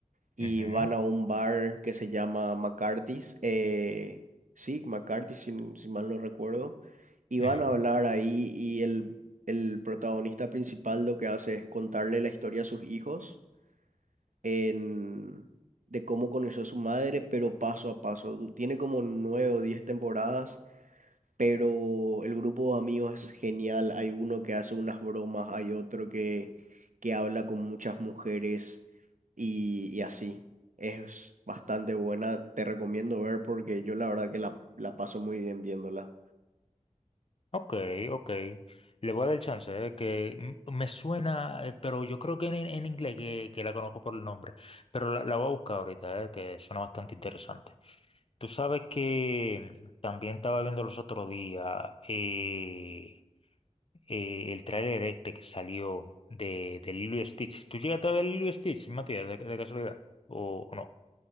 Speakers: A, on the right; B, on the left.
A: y
B: Ujú,
A: van a un bar que se llama McCarthy's. eh, sí, McCarthy's, si, si mal no recuerdo. Y van
B: ujú.
A: a hablar ahí y el, el protagonista principal lo que hace es contarle la historia a sus hijos en, de cómo conoció a su madre, pero paso a paso. Du- Tiene como nueve o diez temporadas pero el grupo de amigos es genial. Hay uno que hace unas bromas, hay otro que, que habla con muchas mujeres y, y así. Es bastante buena, te recomiendo ver porque yo la verdad que la, la paso muy bien viéndola.
B: Ok, ok. Le voy a dar el chance, eh, que m- me suena, eh, pero yo creo que en, en inglés que, que la conozco por el nombre. Pero la, la voy a buscar ahorita, eh, que suena bastante interesante. Tú sabes que también estaba viendo los otros días eh, eh, el tráiler este que salió de, de Lilo y Stitch. ¿Tú llegaste a ver Lilo y Stitch, Matías, de, de casualidad? ¿O, o no?